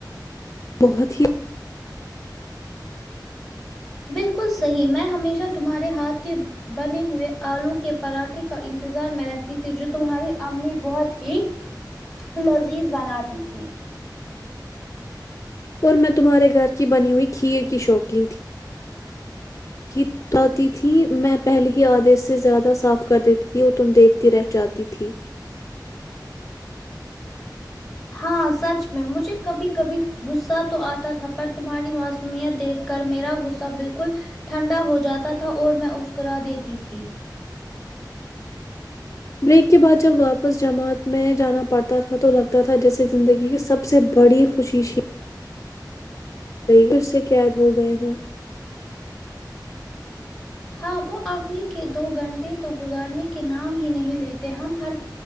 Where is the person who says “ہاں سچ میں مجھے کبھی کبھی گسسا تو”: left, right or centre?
Centre